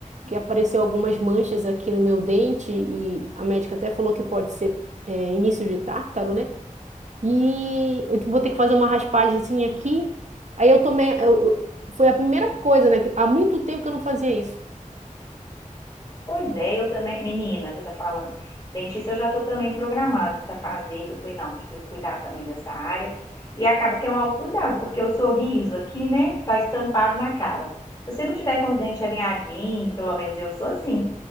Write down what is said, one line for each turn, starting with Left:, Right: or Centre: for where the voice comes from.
Right: Que apareceu algumas manchas aqui no meu dente e a médica até falou que pode ser é, início de tártaro, né? E eu vou ter que fazer uma raspagemzinha aqui. Aí eu tomei. eu- foi a primeira coisa, né? que Há muito tempo que eu não fazia isso.
Left: Pois é, eu também, menina, você tá falando, dentista eu já tô também programado para fazer, porque eu falei, não, preciso cuidar também dessa área. E acaba que é um autocuidado, porque o sorriso aqui, né, tá estampado na cara. Se você não tiver com os dentes alinhadinhos, pelo menos eu sou assim.